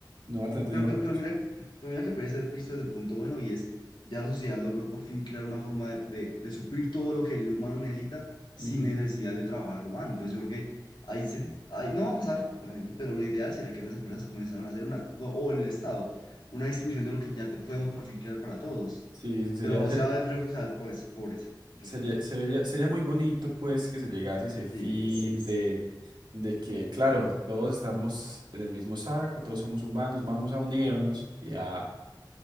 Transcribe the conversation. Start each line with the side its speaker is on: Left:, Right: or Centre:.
Right: no va a tener
Left: Pero,
Right: dinero
Left: pero,
Right: para
Left: pero
Right: consumir.
Left: mira, pero mira que puede ser visto desde el punto bueno y es, ya la sociedad logró por fin crear una forma de, de, de suplir todo lo que el humano necesita sin
Right: Ujú.
Left: necesidad de trabajar al humano. Entonces yo creo que ahí, se,
Right: Sí.
Left: ahí no va a pasar, obviamente, pero lo ideal sería que las empresas comenzaran a hacer una, o o el Estado, una distribución de lo que ya te podemos por fin crear para todos.
Right: Sí, sí, sería,
Left: Pero
Right: sería,
Left: se va a ver, yo creo que se va a ver pobreza, pobreza, yo
Right: sería,
Left: creo.
Right: sería, sería muy bonito pues que se llegase a ese fin
Left: Sí, sí, sí.
Right: de, de que, claro, todos estamos en el mismo saco, todos somos humanos, vamos a unirnos y a,